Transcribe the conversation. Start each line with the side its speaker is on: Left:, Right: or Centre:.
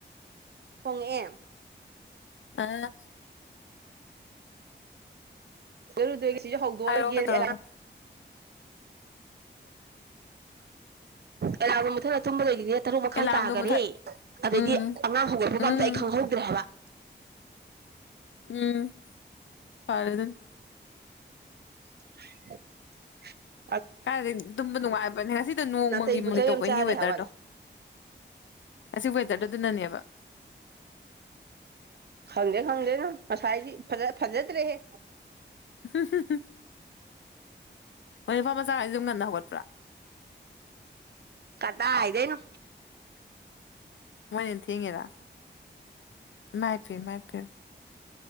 Right: ꯐꯣꯡꯉꯑꯦ
Left: ꯑꯥ
Right: ꯔꯨꯗꯣꯏꯒꯦ ꯁꯤꯁꯨꯦ ꯍꯧꯗꯣꯛꯑꯔꯒꯦ
Left: ꯍꯥꯏꯔꯛꯑꯣ ꯀꯩꯗꯧꯔꯕ
Right: ꯑꯦꯂꯒ ꯃꯊ ꯑ ꯆꯨꯝꯕꯗꯩꯗꯤꯅꯦ ꯇꯔꯨꯛ ꯃꯈꯥꯏ
Left: ꯑꯦꯂꯥꯝꯗꯣ
Right: ꯇꯥꯈꯔꯦ
Left: ꯃꯨꯊꯠ
Right: ꯑꯗꯩꯗꯤ
Left: ꯎꯝ
Right: ꯑꯉꯥꯡ ꯍꯧꯒꯠꯄꯒ
Left: ꯎꯝ
Right: ꯑꯝꯇ ꯑꯩ ꯈꯪꯍꯧꯗ꯭ꯔꯦ ꯍꯥꯏꯕ <unintelligible>
Left: ꯎꯝ ꯐꯔꯦ ꯑꯗꯨꯅ
Right: <unintelligible>
Left: ꯀꯥꯏꯗꯒꯤ ꯑꯗꯨꯝꯕ ꯅꯨꯡꯉꯥꯏꯕꯅꯦ ꯉꯁꯤꯗꯣ ꯅꯣꯡ
Right: ꯅꯥꯇꯩ
Left: ꯃꯪꯂꯤ
Right: ꯄꯨꯆꯩ
Left: ꯃꯪꯂꯤ ꯇꯧꯕꯩꯅꯤ
Right: ꯑꯃ ꯆꯥꯗꯦ
Left: ꯋꯦꯗꯔꯗꯣ
Right: ꯍꯥꯏꯕꯋꯥꯅꯦ
Left: ꯉꯁ ꯑꯣꯏꯦꯗꯔ ꯑꯗꯨ ꯑꯗꯨꯅꯅꯦꯕ
Right: ꯈꯪꯗꯦ ꯈꯪꯗꯦꯅ ꯉꯁꯥꯏꯗꯤ ꯐꯖꯗ꯭ꯔꯦꯍꯦ
Left: <unintelligible> ꯃꯅꯤꯄꯨꯔ ꯃꯆꯥꯈꯁꯨꯨꯝ ꯉꯟꯅ ꯍꯧꯒꯠꯄ꯭ꯔꯥ
Right: ꯀꯗꯥ ꯏꯗꯦꯅ
Left: ꯃꯣꯏ ꯊꯦꯡꯉꯦꯔ ꯃꯥꯏ ꯄꯌ ꯃꯥꯏ ꯄꯌ